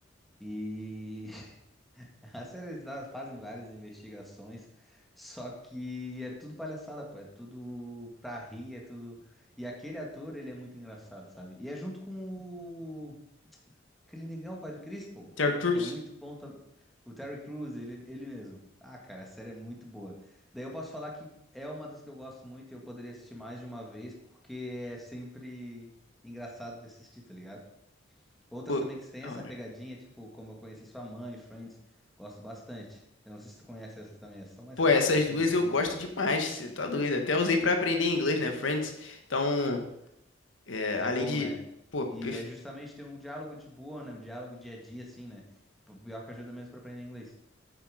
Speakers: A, in the centre; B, on the left.
A: e A série eles va- fazem várias investigações, só que é tudo palhaçada, pô, é tudo pra rir, é tudo. E aquele ator, ele é muito engraçado, sabe? E é junto com o... aquele negão, pai do Chris, pô,
B: Terry Crews,
A: que é muito bom também. O Terry Crews, ele, ele mesmo. Ah, cara, a série é muito boa. Daí eu posso falar que é uma das que eu gosto muito e eu poderia assistir mais de uma vez, porque é sempre engraçado de assistir, tá ligado? Outras
B: pô,
A: também que têm
B: da
A: essa
B: hora.
A: pegadinha, tipo Como Eu Conheci Sua Mãe, Friends, gosto bastante. Eu não sei se tu conhece essas também, essas são mais
B: Pô,
A: clássicas,
B: essas duas
A: são
B: eu
A: mais...
B: gosto demais, você tá doido. Até usei pra aprender inglês, né, Friends? Então, é,
A: É
B: além
A: bom,
B: de.
A: né?
B: Pô,
A: E
B: perf-
A: é justamente ter um diálogo de boa, né? Um diálogo dia a dia, assim, né? P- Pior que ajuda mesmo pra aprender inglês.